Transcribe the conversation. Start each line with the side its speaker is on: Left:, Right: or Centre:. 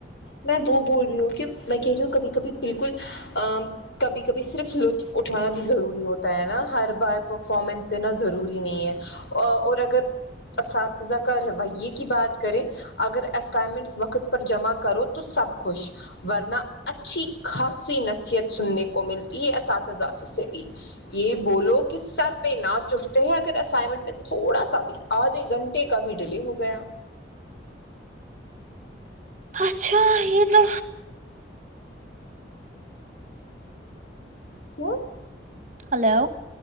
Left: میں وہ بول رہی ہوں کہ میں کہہ رہی ہوں کبھی کبھی بالکل ا کبھی کبھی صرف لطف اٹھانا بھی ضروری ہوتا ہے نا ہر بار پرفارمنس دینا ضروری نہیں ہے اور اگر اساتذہ کا رویے کی بات کریں اگر اسائنمنٹس وقت پر جمع کرو تو سب خوش ورنہ اچھی خاصی نصیحت سننے کو ملتی ہے اساتذات سے بھی یہ بولو کہ سر پہ نہ چٹتے ہیں اگر اسائنمنٹ میں تھوڑا سا بھی آدھے گھنٹے کا بھی ڈیلے ہو گیا
Right: اچھا یہ تو
Left: کیا
Right: ہلو